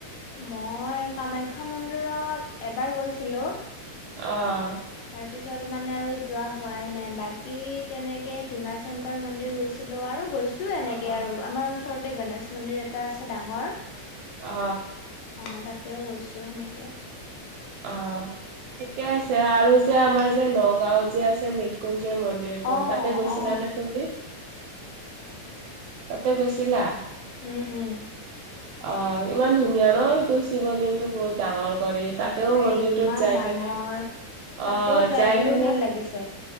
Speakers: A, on the left; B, on the right.
A: মই কামাখ্যা মন্দিৰত এবাৰ গৈছিলো।
B: অ
A: তাৰ পিছত মানে আৰু যোৱা হোৱাই নাই বাকী তেনেকে ভীমা শংকৰ মন্দিৰ গৈছিলো আৰু গৈছো। টো এনেকে
B: অ',
A: আৰু আমাৰ ওচৰতে গনেশ মন্দিৰ এটা আছে ডাঙৰ।
B: অ।
A: অ তাতেও গৈছো সেনেকে
B: অ থিকে আছে আৰু যে আমাৰ যে নগাঁও যে আছে মিটকু য় মন্দিৰটো
A: অ
B: তাতে গৈছিলাানে
A: অ
B: তুমি? তাতে গৈছিলা?
A: উম উম
B: অ ইমান ধুনীয়া নহ তোৰ শিৱলিংতটো বহুত ডাঙৰ কৰে
A: বাপৰে
B: তাতেও মন্দিৰটোত
A: ইমান
B: যাই
A: ডাঙৰ
B: কেনে
A: তাতেও
B: অ যাই
A: বহুত
B: কেনে
A: ভাল লাগিছে